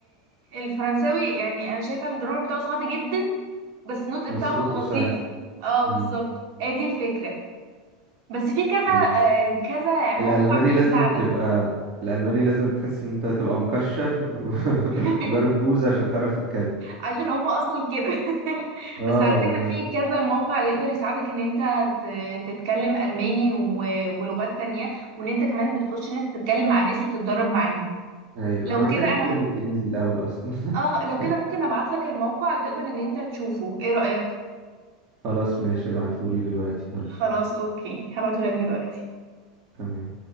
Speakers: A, on the right; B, on the right.
A: الفرنساوي يعني انا شايفة الجرامر بتاعه صعب جدا بس النطق بتاعه
B: بس نطقه
A: لطيف
B: سهل
A: اه بالظبط
B: مم.
A: هي دي الفكرة بس في كذا
B: ال...
A: آه، كذا موقع
B: الألماني
A: بيساعدك
B: لازم تبقى الألماني لازم تحس إن أنت تبقى مكشر و- <laughs>
A: <laughs>
B: وضارب بوز عشان تعرف تتكلم
A: عشان هما اصلا كده <laughs>
B: اه
A: بس على فكرة
B: وما...
A: في كذا موقع يقدر يساعدك ان انت ت- تتكلم الماني و- ولغات تانية وان انت كمان بتخش ان انت تتكلم مع ناس وتتدرب معاهم
B: أيوة
A: لو
B: أنا محتاج
A: كده
B: أتكلم
A: انا م...
B: إنجليزي الأول أصلا <laughs>
A: اه لو كده ممكن ابعت لك الموقع تقدر ان انت تشوفه ايه رأيك
B: خلاص ماشي ابعتهولي دلوقتي يلا
A: خلاص اوكي هبعته لك دلوقتي
B: تمام